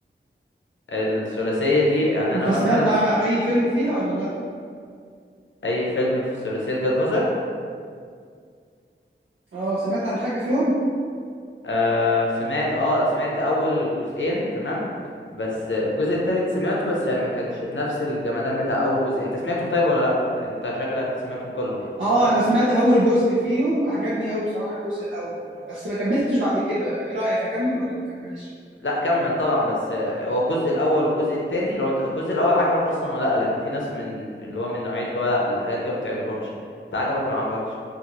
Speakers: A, on the left; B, on the right.
A: الثلاثيه دي يعني
B: انت
A: انا مثلا
B: سمعت ع- اي فيلم فيها ولا لا
A: اي فيلم في ثلاثيه جاد فاذر
B: اه سمعت عن حاجة فيهم
A: آه سمعت اه سمعت اول جزئين تمام بس الجزء التالت سمعته بس يعني ما كانش بنفس الجمدان بتاع اول جزء انت سمعتهم طيب ولا لا انت شكلك سمعتهم كلهم
B: اه
A: مش كده
B: انا سمعت اول جزء فيهم عجبني قوي بصراحة الجزء الاول بس ما كملتش بعد كده ايه رأيك اكمل ولا ما كملش
A: لا كمل طبعا بس آه، هو الجزء الاول والجزء التاني لو انت الجزء الاول عجبك اصلا ولا لا لان في ناس من اللي هو من نوعيه اللي هو لا الحاجات دي ما بتعجبهمش انت عجبك ولا ما عجبكش